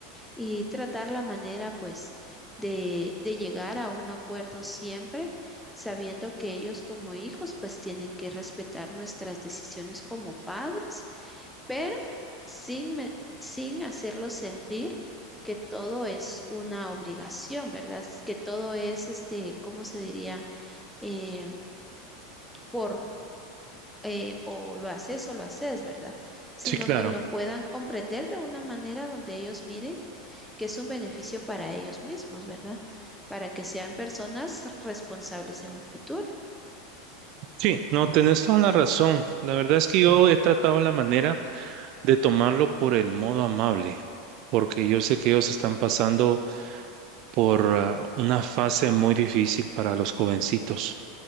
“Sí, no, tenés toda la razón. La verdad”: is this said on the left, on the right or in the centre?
Right